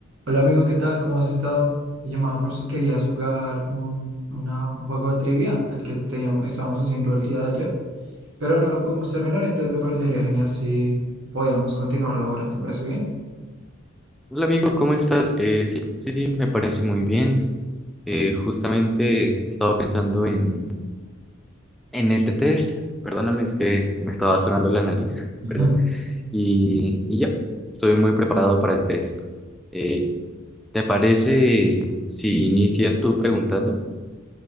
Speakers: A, on the right; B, in the centre.
A: Hola amigo, ¿qué tal? ¿Cómo has estado? Te llamaba por si querías jugar un, una- un juego de trivia, el que teníamos, estábamos haciendo el día de ayer, pero no lo pudimos terminar, entonces me parecería genial si podíamos continuarlo ahora, ¿te parece bien?
B: Hola amigo, ¿cómo estás? Eh, sí, sí, sí, me parece muy bien. Eh, justamente estaba pensando en, en este test. Perdóname, es que me estaba sonando la nariz, <laughs>
A: Ujú.
B: perdón. Y, y ya, estoy muy preparado para el test. Eh, ¿te parece si inicias tú preguntando?